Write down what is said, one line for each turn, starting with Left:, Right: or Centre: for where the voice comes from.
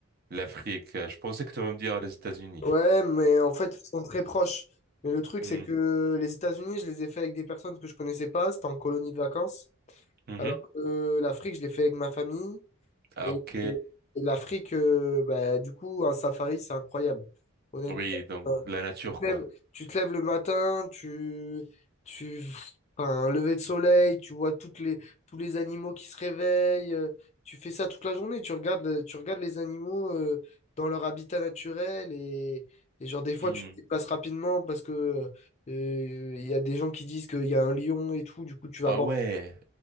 Right: l'Afrique? euh, Je pensais que tu vas me dire les États-Unis.
Left: Ouais, mais en fait, ils sont très proches. Mais le truc,
Right: Hmm.
Left: c'est que les États-Unis, je les ai fait avec des personnes que je connaissais pas. C'était en colonie de vacances.
Right: Mhm.
Left: Alors que l'Afrique, je l'ai fait avec ma famille.
Right: Ah,
Left: Et,
Right: ok.
Left: et- et l'Afrique, euh, bah, du coup, un safari, c'est incroyable. Honnêtement.
Right: Oui, donc, la nature,
Left: Tu te
Right: quoi.
Left: lèves, tu te lèves le matin, tu, tu, enfin, un lever de soleil, tu vois toutes les, tous les animaux qui se réveillent, euh, tu fais ça toute la journée, tu regardes, le- tu regardes les animaux euh, dans leur habitat naturel et, et genre des fois
Right: Hmm.
Left: tu te déplaces rapidement parce que euh, il y a des gens qui disent qu'il y a un lion et tout, du coup tu vas
Right: Ah
Left: voir
Right: ouais.